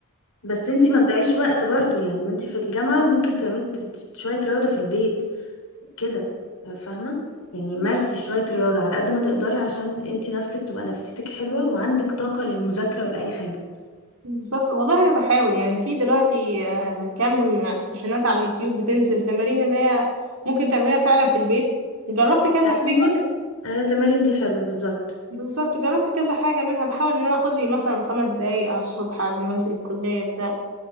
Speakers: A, on the left; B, on the right.
A: بس انتي ما تضيعيش وقت برضو يعني وانتي في الجامعة ممكن تعملي ت- ت- شوية رياضة في البيت كده فاهمة يعني مارسي شوية رياضة على قد ما تقدري عشان انتي نفسك تبقى نفسيتك حلوة وعندك طاقة للمذاكرة ولأي حاجة
B: بالظبط والله أنا بحاول يعني في دلوقتي آه، كم سيشنات على اليوتيوب بتنزل تمارين اللي هي ممكن تعمليها فعلا في البيت جربت كذا
A: ايوه
B: حاجة
A: ايوه التمارين دي حلوة بالظبط
B: بالظبط جربت كذا حاجة منها بحاول ان انا اخد لي مثلا خمس دقايق على الصبح قبل ما انزل الكلية بتاع